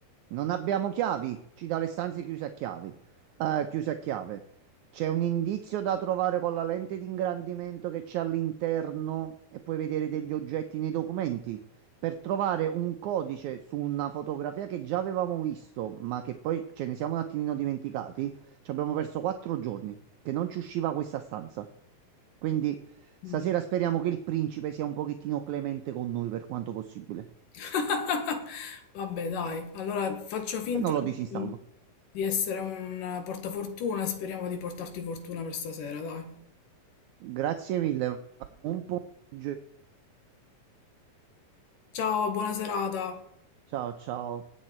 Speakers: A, on the right (about 75°); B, on the left (about 70°).
A: Non abbiamo chiavi, ci dà le stanze chiuse a chiavi, eh, chiuse a chiave. C'è un indizio da trovare con la lente di ingrandimento che c'è all'interno e puoi vedere degli oggetti nei documenti. Per trovare un codice su una fotografia che già avevamo visto, ma che poi ce ne siamo un attimino dimenticati, ci abbiamo perso quattro giorni che non ci usciva questa stanza. Quindi stasera
B: Mm.
A: speriamo che il principe sia un pochettino clemente con noi per quanto possibile.
B: <laughs> Vabbè, dai, allora faccio finta
A: Se no lo disinstallo.
B: di, di essere un portafortuna e speriamo di portarti fortuna per stasera, dai.
A: Grazie mille. Buon pomeriggio.
B: Ciao, buona serata.
A: Ciao ciao.